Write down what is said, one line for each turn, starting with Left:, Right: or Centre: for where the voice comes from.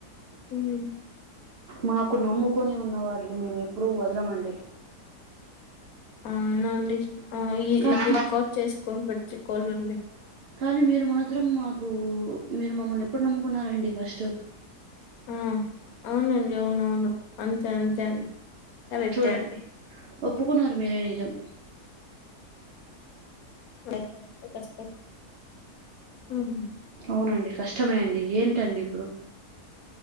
Left: హ్మ్.
Right: మాకు నమ్ముకొని ఉన్న వారిని మేము ఎప్పుడు వదలమండి.
Left: ఔనా అండి ఆ ఈ
Right: కానీ
Left: ఇది రికార్డ్ చేసుకోని పెట్టుకోవాలండి.
Right: కానీ మీరు మాత్రం మాకు మీరు మమ్మల్ని ఎప్పుడు నమ్ముకున్నారండి ఫస్ట్?
Left: ఆ అవునండి ఔను ఔను అంతే అంతే అండి కరెక్టే
Right: చూడండి. ఒప్పుకున్నారు మీరే నిజం
Left: అదే కదా కష్టం ఉహు
Right: ఔనండి కష్టమే అండి ఏంటండి ఇప్పుడు